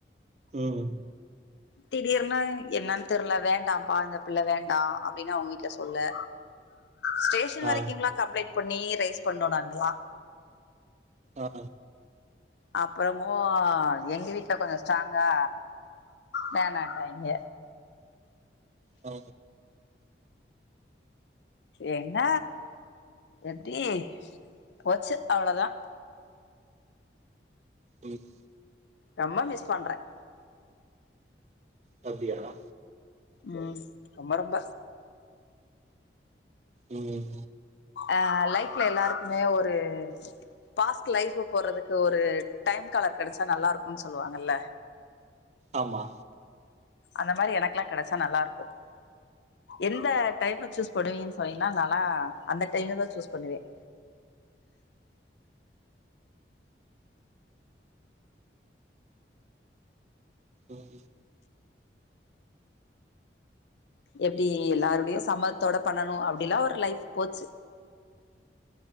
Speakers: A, on the right; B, on the left.
A: ம்
B: திடீர்னு என்னன்னு தெர்ல வேண்டாம்ப்பா இந்த பிள்ள வேண்டா அப்டின்னு அவுங்க வீட்ல சொல்ல ஸ்டேஷன் வரைக்குங்கலா
A: ஆ
B: கம்ப்ளைட் பண்ணி ரைஸ் பண்ணோ நாங்களா
A: ஆ
B: அப்புறமும் எங்க வீட்டுல கொஞ்சம் ஸ்ட்ராங்கா வேனாட்டாய்ங்க
A: ஹ
B: என்ன எப்டி போச்சு அவ்வளோதான்
A: ம்
B: ரொம்ப மிஸ் பண்றேன்
A: சத்தியாத
B: உம் ரொம்ப ரொம்ப
A: உஹம்
B: அஹ் லைஃப்ல எல்லாருக்குமே ஒரு பாஸ்ட் லைஃப் போடுறதுக்கு ஒரு டைம் கலர் கிடைச்சா நல்லா இருக்கும்ன்னு சொல்லுவாங்கல்ல
A: ஆமா
B: அந்த மாரி எனக்குெல்லாம் கிடைச்சா நல்லா இருக்கும் எந்த டைம் சூஸ் பண்ணுவீன்னு சொன்னீங்கன்னா நல்லா அந்த டைமு தான் சூஸ் பண்ணுவேன்
A: அஹ
B: எப்படி எல்லாரருடையும் சம்மத்தோட பண்ணணும் அப்படிலாம் ஒரு லைஃப் போச்சு